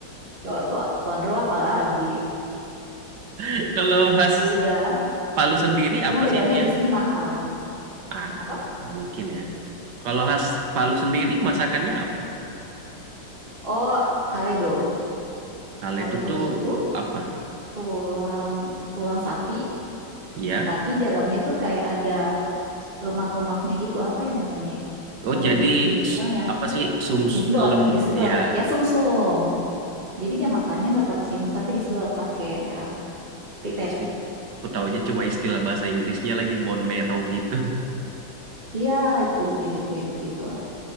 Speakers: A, on the right (about 30°); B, on the right (about 65°).
A: coto, konro apalagi.
B: <laughs> Kalau khas
A: Udah,
B: Palu sendiri
A: cuma
B: apa
A: bedanya
B: sih dia?
A: di sini mahal.
B: Ah,
A: Kenapa?
B: mungkin ya. Kalau khas Palu sendiri masakannya apa?
A: Oh, kaledo.
B: Kaledo
A: Kaledo
B: tuh
A: itu
B: apa?
A: tulang tulang sapi,
B: Ya.
A: tapi dalamnya tuh kayak ada lemak-lemaknya gitu apa ya namanya ya
B: Oh,
A: kalau
B: jadi
A: di, di tulang
B: s-
A: yang
B: apa sih sum
A: disedot
B: lem
A: disedot
B: ya
A: ya sumsum jadi dia makannya nggak pakai sendok tapi disedot pakai ah, pipet
B: sih. Aku taunya cuma istilah bahasa Inggrisnya lagi bone marrow gitu. <laughs>
A: iya itu mirip-mirip gitu lah